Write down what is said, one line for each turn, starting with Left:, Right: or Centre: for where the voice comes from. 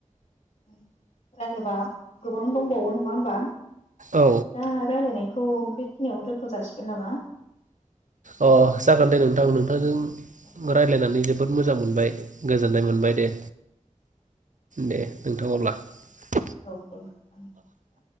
Left: औ। रायोबा गोब गोबां दंबावो नङा होमबा?
Right: औ
Left: दा रायलायनाय। खौ बेखिनियावनो दोन्थ जासिगोन नामा?
Right: अ जागोन दे नोंथां नोंथांजों।
Left: औ
Right: रायजलायनानै
Left: दे
Right: जोबोद मोजां मोनबाय। गोजोन। मोनननाय मोनबाय दे दे। <unintelligible>
Left: औ औ <unintelligible>